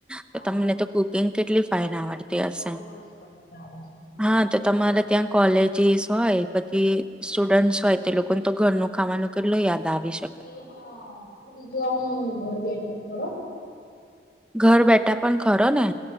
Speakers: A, in the centre; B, on the left (about 55°).
A: તો
B: હા
A: તમને તો કુકિંગ કેટલી ફાઇન આવડતી
B: હા
A: હશે.
B: ખ
A: હા તો તમારે ત્યાં કોલેજીસ હોય પછી. સ્ટુડન્ટ હોય તે લોકોને તો ઘરનું ખાવાનું કેટલું યાદ આવીશ.
B: એ હા હ બીજું હ ઘર બ એઠ હા.
A: ઘર બેઠા પણ ખરો ને